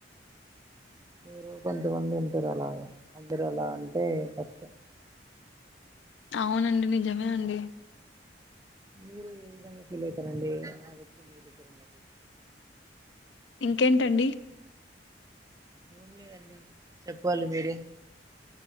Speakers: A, on the right; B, on the left.
A: మీరు కొంతమంది ఉంటారలాగా అందరు అలా అంటే కష్టం
B: అవునండి నిజమే అండి
A: మీరు ఏ విధంగా ఫీల్ అయితరండి ఆ వ్యక్తి మీ దగ్గర ఉన్నది
B: ఇంకేంటండి
A: ఏం లేవండి చెప్పాలి మీరే